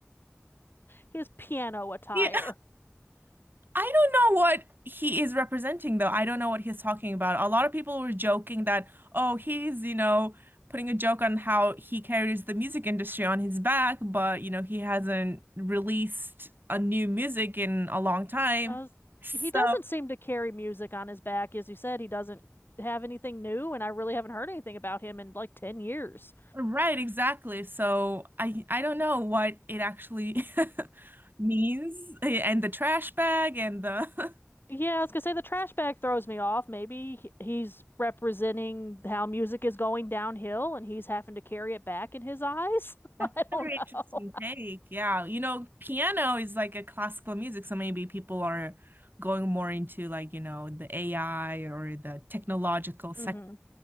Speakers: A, on the left; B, on the right.
A: his piano attire?
B: Yeah, I don't know what he is representing, though. I don't know what he's talking about. A lot of people were joking that, oh, he's, you know, putting a joke on how he carries the music industry on his back, but, you know, he hasn't released a new music in a long time.
A: Uh,
B: So,
A: he doesn't seem to carry music on his back. As you said, he doesn't have anything new, and I really haven't heard anything about him in like 10 years.
B: right, exactly. So I I don't know what it actually <laughs> means, and the trash bag and the <laughs>
A: Yeah, I was gonna say the trash bag throws me off. Maybe he- he's representing how music is going downhill and he's having to carry it back in his eyes.
B: That's
A: <laughs> I don't
B: a very
A: know.
B: interesting take. Yeah. You know, piano is like a classical music, so maybe people are going more into like, you know, the AI or the technological sec
A: hmm